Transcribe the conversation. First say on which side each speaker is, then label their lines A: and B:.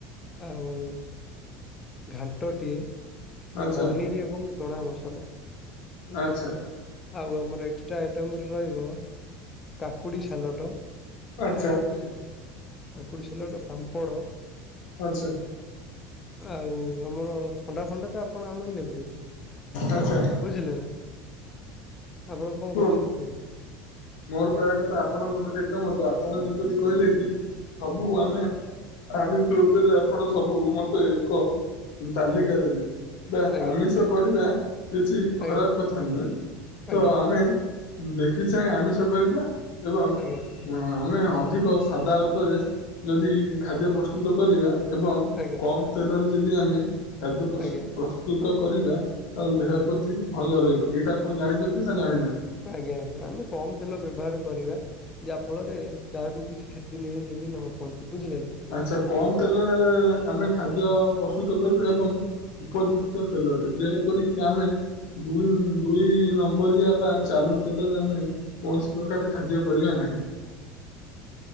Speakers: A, on the left; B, on the left.
A: ଆଉ ଘାଣ୍ଟଟିଏ
B: ଆଚ୍ଛା
A: ପନିର ଏବଂ ଚଣା ମସଲା ବୁଝିଲେ
B: ଆଚ୍ଛା
A: ଆଉ ଆମର ଏକ୍ସଟ୍ରା ଆଇଟମ ରହିବ କାକୁଡି ସାଲଟ
B: ଆଚ୍ଛା
A: ବୁଝିଲେ ଏକୁଡି ସ ହେଲା ଗୋଟେ ପାମ୍ପଡ
B: ଆଚ୍ଛା
A: ଆଉ ଆମର ଥଣ୍ଡା ଫଣ୍ଡା ତ ଆପଣ ଆମେ ନେବେ
B: ଆଚ୍ଛା
A: ବୁଝିଲେ ନା ଆପଣ କଣ
B: କୁହନ୍ତୁ
A: କହୁଛନ୍ତି କୁହୁ
B: ମୋର କହିବା କଥା ଆପଣଙ୍କ କଥାରେ ଏକମତ ଆପଣ ଯେପରି କହିଲେ କି ସବୁ ଆମେ ଆମିଷ ଉପରେ ଆପଣ ସବୁ ମତେ ଏକ ତାଲିକା
A: ହୁଁ
B: ଦେ ବୋଲି ବା
A: ଆଜ୍ଞା
B: ଆମିଷ କରିବା କିଛି
A: ଆଜ୍ଞା
B: ଖରାପ କଥା ନୁହେଁ
A: ଆଜ୍ଞା
B: ତ ଆମେ ଦେଖି ଚାଁ ଆମିଷ କରିବା ଏବଂ
A: ଆଜ୍ଞା
B: ଆମେ ଅଧିକ ସାଦା ଉପରେ ଯଦି ଖାଦ୍ୟ ପ୍ରସ୍ତୁତ କରିବା ଏବଂ
A: ଆଜ୍ଞା
B: କମ ତେଲରେ ଯଦି ଆମେ ଖାଦ୍ୟ
A: ଆଜ୍ଞା
B: ପ୍ରସ୍ତୁତ କରିବା ତାହେଲେ ଦେହ
A: ହୁଁ
B: ପ୍ରତି ଭଲ ରହିବ ଏଇଟା ଆପଣ ଜାଣିଛନ୍ତି ନା ଜାଣିନାହାନ୍ତି
A: ଆଜ୍ଞା ଆଜ୍ଞା ଆମେ କମ ତେଲ ବ୍ୟବହାର କରିବା ଯାହା ଫଳରେ କାହାକୁ କିଛି କ୍ଷତି ନେଇ ଯେମିତି ନ ପହଞ୍ଚୁ ବୁଝିଲେ ନା
B: ଆଚ୍ଛା କମ ତେଲରେ ଆମେ ଖାଦ୍ୟ ପ୍ରସ୍ତୁତ କରିବୁ ଏବଂ ଉପଯୁକ୍ତ ତେଲରେ ଯେପରିକି ଆମେ ଦୁଇ ଦୁଇ ନମ୍ବରଆ ବା ଚାଲୁ ତେଲରେ ଆମେ କୌଣସି ପ୍ରକାର ଖାଦ୍ୟ କରିବା ନାହିଁ